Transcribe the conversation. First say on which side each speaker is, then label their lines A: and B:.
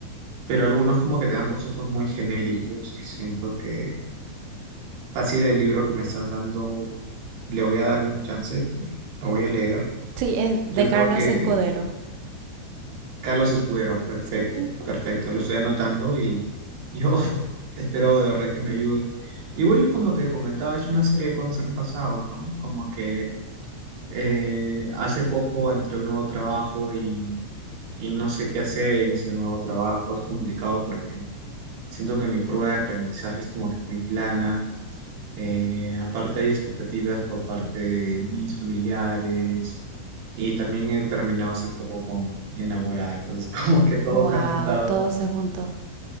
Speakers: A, on the right (about 65°); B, on the right (about 75°).
A: pero algunos como que te dan consejos muy genéricos y siento que fácil el libro que me estás dando, le voy a dar un chance, lo voy a leer.
B: Sí, es de
A: Yo creo
B: Carlos
A: que
B: Escudero.
A: Carlos Escudero, perfecto,
B: Sí.
A: perfecto. Lo estoy anotando y yo <laughs> espero de verdad que me ayude. Igual, como te comentaba, es una serie de cosas que han pasado, ¿no? Como que eh, hace poco entré a un nuevo trabajo y, y no sé qué hacer en ese nuevo trabajo. Es complicado porque siento que mi curva de aprendizaje es como que muy plana. Eh, aparte hay expectativas por parte de mis familiares y también he terminado hace poco con mi enamorada, entonces <laughs> como que todo
B: Wow,
A: se ha juntado.
B: todo se juntó